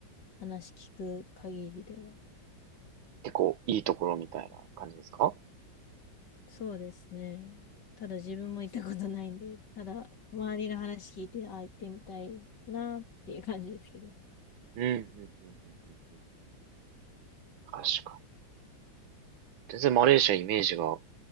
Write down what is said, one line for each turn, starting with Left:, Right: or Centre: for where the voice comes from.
Left: 話聞く限りでは。
Right: 結構いいところみたいな感じですか
Left: そうですね。ただ自分も行ったことないんで、ただ周りの話聞いて、あ、行ってみたいなっていう感じですけど。
Right: うんうんうんうんうんうん。確かに。全然マレーシアイメージが、